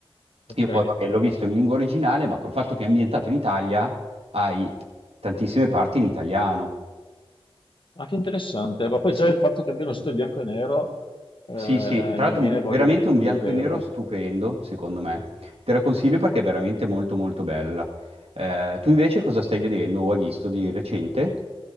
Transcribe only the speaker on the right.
Io poi, vabbè, l'ho visto in lingua originale, ma col fatto che è ambientato in Italia, hai tantissime parti in italiano.
Sì,
Sì, sì, tra
l'altro
un bi-
veramente
un
bianco
e nero stupendo, secondo me. Te la consiglio perché è veramente molto molto bella. Eh, tu invece cosa stai vedendo o hai visto di recente?